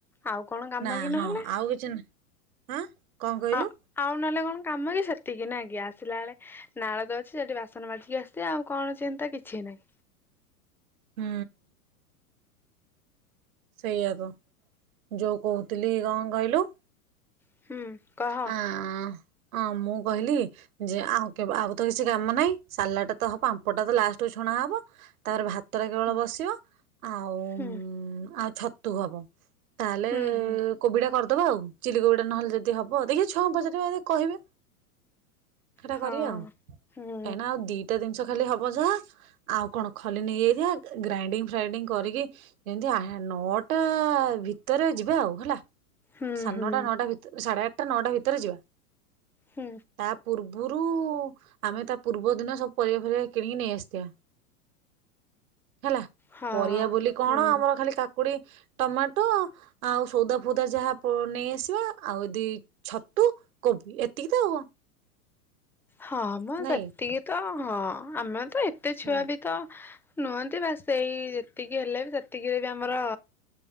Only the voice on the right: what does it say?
ନା
ହଁ
ଆଉ କିଛି ନା ହଁ କଣ କହିଲୁ
ହୁଁ। ସେଇଆା ତ ଯୋଉ କହୁଥିଲି କଁ କହିଲୁ
ଅ ହ ମୁଁ କହିଲି ଯେ ଆଉ କେବେ ଆଉ ତ କିଛି କାମ ନାହିଁ। ସାଲାଡ ଟା ତ ହବ ପାମ୍ପଟା ତ ଲାଷ୍ଟୁ ଛଣା ହବ ତାପରେ ଭା ତ ଟା କେବଳ
ବସିବ ଆଉ
ଆଉ ଛତୁ ହବ। ତାହେଲେ
କୋବି ଟା କରିଦବା ଆଉ ଚିଲ କୋବି ଟା ନହେଲେ ଯଦି ହ ବ ଦେଖେ ଛୁଆଙ୍କୁ ପଚାରିବା ଯଦି କହିବେ ସେଟା
କରିବା ଆଉ କାହିଁକିନା
ଆଉ ଦି ତେ ଜିନିଷ ଖାଲି ହବ ଯାହା ଆଉ କଣ ଖଲି ନେଇଯାଇଥିବା ଗ ଗ୍ରାଇଣ୍ଡିଙ୍ଗ ଫ୍ରାଇଣ୍ଡିଙ୍ଗ କରିକି ଇନ୍ତି ଆହା ନଅଟା ଭିତେରେ ଯିବା ଆଉ ହେଲା।
ସାଡ
ନଅଟା ନଅଟା ଭିତେ ସାଢେ ଆଟଟା ନଅଟା ଭିତେରେ ଯିବା।
ତା ପୂର୍ବୁରୁ ଆମେ ତା ପୂର୍ବ ଦିନ ସବୁ ପରିବା ଫରିବା କିଣିକି ନେଇଆସିଥିଆ। ହେଲା
ପରିଆ ବୋଲି କଣ
ଆମର ଖାଲି କା କୁଡି ଟମାଟୋ ଆଉ ସଉଦା ଫଉଦା ଯାହା ପ ନେଇ ଆସିବା ଆଉ ଦି ଛତୁ କୋବି ଏତିକି ତ ଆଉ କଁ।
ନାଇଁ।
ହୁଁ।